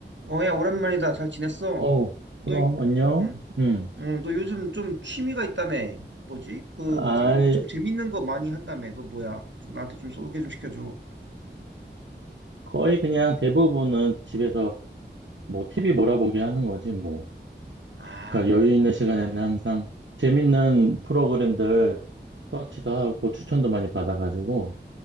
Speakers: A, on the right (about 75°); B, on the right (about 85°).
A: 어, 야, 오랜만이다. 잘 지냈어?
B: 어,
A: 너,
B: 그럼,
A: 음.
B: 안녕.
A: 응,
B: 음.
A: 응, 너 요즘 좀 취미가 있다며. 뭐지? 그,
B: 아,
A: 뭐지? 요즘 좀 재밌는 거 많이 한다며. 그거 뭐야? 좀 나한테 좀 소개 좀 시켜줘.
B: 거의 그냥 대부분은 집에서 뭐 TV 몰아보기 하는 거지, 뭐.
A: 아,
B: 그러니까 여유 있는 시간에는 항상 재밌는 프로그램들 서치도 하고 추천도 많이 받아가지고